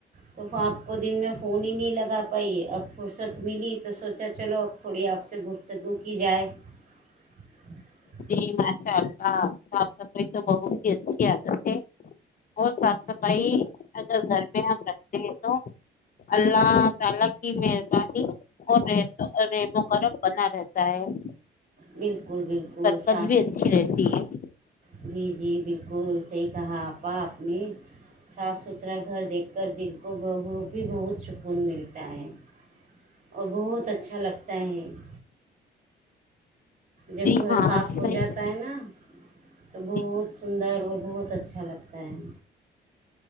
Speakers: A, on the right; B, on the left.
A: تو وہ آپ کو دن میں فون ہی نہیں لگا پائی اب فرصت ملی تو سوچا چلو اب تھوڑی آپ سے گفتگو کی جائے <unintelligible>
B: جی ماشاء اللہ صاف صفائی تو بہت ہی اچھی عادت ہے اور صاف صفائی اگر گھر میں ہم رکھتے ہیں تو اللہ تعالی کی مہربانی اور ریب وغرف بنا رہتا ہے <inaudible>
A: بالکل بالکل <unintelligible>
B: کد بھی اچھی رہتی ہے <inaudible>
A: جی جی بالکل صحیح کہا آپا اپ نے صاف ستھرا <unintelligible> گھر دیکھ کر دل کو ب بھی بہت <inaudible> سکون ملتا ہے اور بہت اچھا لگتا ہے <inaudible> جب
B: جی
A: گھر
B: ہاں
A: صاف ہو
B: صحیح
A: جاتا ہے نا <unintelligible> تو بہت
B: جی
A: سندر <unintelligible> اور بہت اچھا لگتا ہے <inaudible>